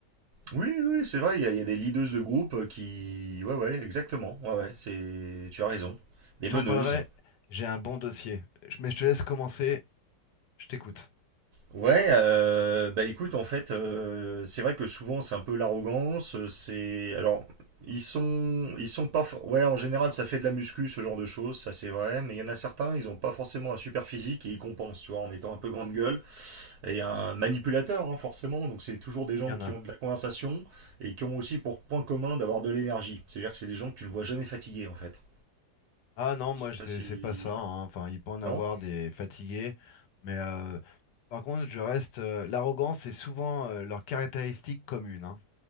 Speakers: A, on the right; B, on the left.
A: Oui, oui, c'est vrai, il y, a il y a des leaders de groupe qui. Ouais, ouais, exactement. Ouais, ouais, c'est. Tu as raison. Des
B: Je
A: meneuses.
B: t'en parlerai. J'ai un bon dossier. Je- Mais je te laisse commencer. Je t'écoute.
A: Ouais, euh, bah écoute, en fait, euh, c'est vrai que souvent c'est un peu l'arrogance. euh, C'est. Alors, ils sont. Ils sont pas. for- Ouais, en général, ça fait de la muscu, ce genre de choses, ça c'est vrai. Mais il y en a certains, ils ont pas forcément un super physique et ils compensent, tu vois, en étant un peu grande gueule. et un manipulateur, hein, forcément. Donc, c'est toujours des gens
B: Il y en
A: qui
B: a.
A: ont de la conversation et qui ont aussi pour point commun d'avoir de l'énergie. C'est-à-dire que c'est des gens que tu ne vois jamais fatigués, en fait.
B: Ah non, moi
A: Je sais
B: c'est
A: pas si.
B: c'est pas ça. hein. Enfin, il peut en avoir
A: Non
B: des fatigués, mais euh, par contre, je reste. euh, l'arrogance est souvent euh, leur caractéristique commune. hein.